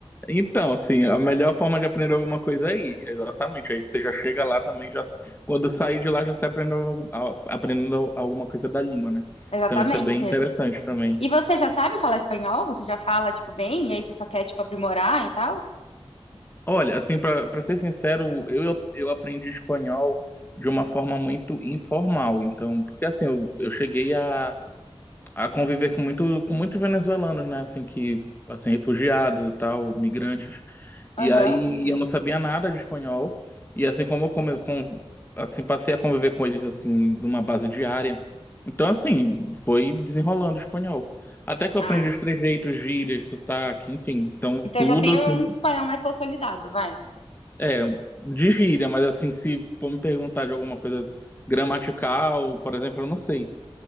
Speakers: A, on the left (about 20°); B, on the left (about 85°).
A: então, assim, a melhor forma de aprender alguma coisa é ir, exatamente. Aí você já chega lá também, já quando sair de lá já se aprendeu algum- a- aprendendo alguma coisa da língua, né?
B: Exatamente.
A: Então isso é bem interessante também.
B: E você já sabe falar espanhol? Você já fala, tipo, bem? E aí você só quer, tipo, aprimorar e tal?
A: Olha, assim, pra para ser sincero, eu eu aprendi espanhol de uma forma muito informal. Então, porque assim, eu, eu cheguei a a conviver com muito, com muitos venezuelanos, né? Assim que assim, refugiados e tal, migrantes.
B: Aham.
A: E aí eu Uhum. não sabia nada de espanhol. E assim como eu come, com, assim, passei a conviver com eles assim, numa base diária. Então, assim, foi desenrolando o espanhol. Até que
B: Ah,
A: eu aprendi os trejeitos, gírias, sotaque, enfim. Então,
B: então
A: tudo
B: já tem
A: assim,
B: um espanhol mais consolidado, vai.
A: é, de gíria, mas assim, se for me perguntar de alguma coisa gramatical, por exemplo, eu não sei.